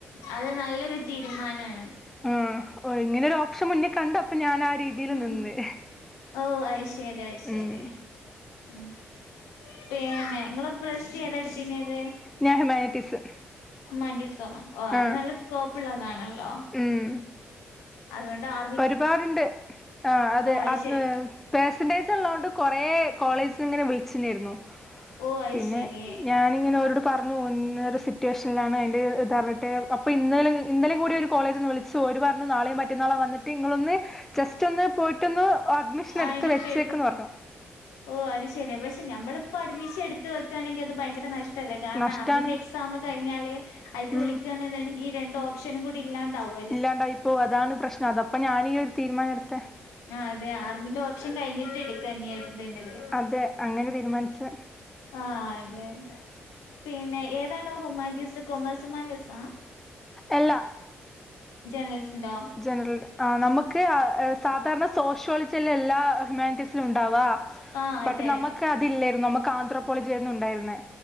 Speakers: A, on the left; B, in the centre.
A: അത് നല്ലൊരു തീരുമാനമാണ്
B: ഉം ഇങ്ങനെ ഒരു ഓപ്ഷൻ മുന്നിൽ കണ്ടപ്പോ അപ്പൊ ഞാൻ ആ രീതിയിൽ
A: ഉം
B: നിന്ന്
A: ഉ ഓ ആയി ശരി ശരി ശരി
B: ഉം
A: ഉം പിന്നെ ഇങ്ങള് പ്ലസ് ടു ഏതാ എടുത്തീനേത്?
B: ഞാൻ ഹ്യുമാനിറ്റീസ്.
A: ഹ്യുമാനിറ്റീസോ ഓ അത്
B: ആ
A: നല്ല സ്കോപ്പുള്ളതാണല്ലോ.
B: ഉം
A: അതുകൊണ്ട് ആ
B: ഒരുപാടുണ്ട് ആഹ് അതെ
A: അത്
B: ആത്
A: ശരി
B: പെർസന്റേജ് ഉള്ളോണ്ട് കൊറേ കോളേജ്ന്ന് ഇങ്ങനെ വിളിച്ച്ണെര്ന്നു
A: ഓ അത്
B: പിന്നെ
A: ശരി
B: ഞാന് ഇങ്ങനെ ഓരോട് പർഞ്ഞു ഇങ്ങനൊര് സിറ്റുവേഷനിലാണ് അതിന്റെ ഇത് അറിഞ്ഞിട്ട് അപ്പൊ ഇന്നലെ ഇന്നലിം കൂടി ഒരു കോളേജ്ന്ന് വിളിച്ച ച്ചോര് പർഞ്ഞു നാളെ മറ്റന്നാള വന്ന് നിങ്ങളൊന്ന് ജസ്റ്റ് ഒന്ന് പോയിട്ടൊന്ന് അഡ്മിഷൻ
A: അയിന്റെ
B: എടുത്ത് വെച്ചേക്ക്ന്ന്
A: ഫീൽഡ്
B: പർഞ്ഞു
A: ഓ അത് ശെരി പക്ഷെ നമ്മളിപ്പോ അഡ്മിഷൻ എടുത്ത് വെക്കയാണെങ്കിൽ അത് ഭയങ്കര നഷ്ട ല്ലെ കാര്ണം
B: നഷ്ടാണ്
A: ആർമിന്റെ എക്സാമ് കഴിഞ്ഞാല് അയ്ക്ക്
B: ഉം
A: വിളിക്കാണ്ന്ന്ണ്ടെങ്കി രണ്ട് ഓപ്ഷനും കൂടി ഇല്ലാണ്ടാവും
B: ഇല്ലാണ്ടായിപ്പൊ അതാണ് പ്രശ്നം അത് അപ്പൊ ഞാനീ ഈ ഒരു തീരുമാനം ഇട്ത്തെ
A: ആഹ് അതെ ആർമിന്റെ ഓപ്ഷൻ കഴിഞ്ഞിട്ട് ഇട്ക്ക അട്ത്തേന്റതില്
B: തെ അങ്ങന തീരുമാൻച്ച്
A: ആഹ് അതെ അതെ പിന്നെ ഏതാണ് ഹുമാൻറ്റീസ് കൊമേഴ്സ് ഹുമാൻറ്റീസാ
B: എല്ല
A: ജേണലിസ്റ്റ് ൻ്റോ
B: ജനറൽ ആഹ് നമുക്ക് ആഹ് ഏഹ് സാധാര്ണ സോഷ്യോളജിയല്ല എല്ലാ ഹ്യുമാനിറ്റീസിലും ഉണ്ടാവാ
A: ആഹ് അതെ
B: പറ്റ് നമ്മക്ക്
A: അതെ
B: അതില്ലേര്ന്നു നമുക്ക് ആന്ത്രോപോളജിയെര്ന്നു ഉണ്ടാര്ന്നെ